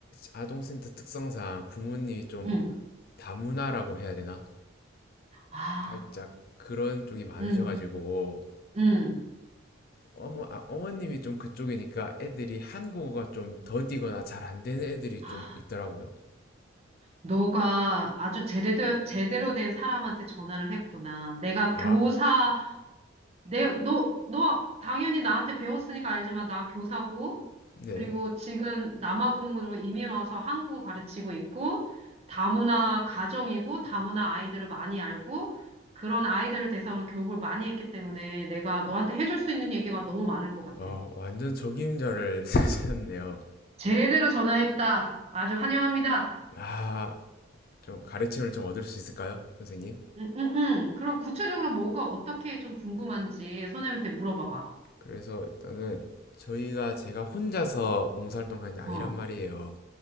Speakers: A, on the left; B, on the right.
A: 아동센터 특성상 부모님이 좀
B: 응.
A: 다문화라고 해야 되나?
B: 아,
A: 살짝 그런 쪽이 많으셔가지고,
B: 응, 응.
A: 어머, 아, 어머님이 좀 그쪽이니까 애들이 한국어가 좀 더디거나 잘 안 되는 애들이
B: 아,
A: 좀 있더라고요.
B: 너가 아주 제대로, 제대로 된 사람한테 전화를 했구나. 내가
A: 아,
B: 교사, 내, 너, 너 당연히 나한테 배웠으니까 알지만 나 교사고,
A: 네.
B: 그리고 지금 남아공으로 이민 와서 한국어 가르치고 있고, 다문화 가정이고, 다문화 아이들을 많이 알고, 그런 아이들을 대상으로 교육을 많이 했기 때문에 내가 너한테 해줄 수 있는 얘기가 너무 많을 것 같아.
A: 어, 완전 적임자를 <laughs> 쓰셨네요.
B: 제대로 전화했다. 아주 환영합니다.
A: 아, 좀 가르침을 좀 얻을 수 있을까요, 선생님?
B: 응, 응, 응. 그럼 구체적으로 뭐가 어떻게 좀 궁금한지 선생님한테 물어봐봐.
A: 그래서 일단은 저희가 제가 혼자서 봉사활동하는 게 아니란
B: 어,
A: 말이에요.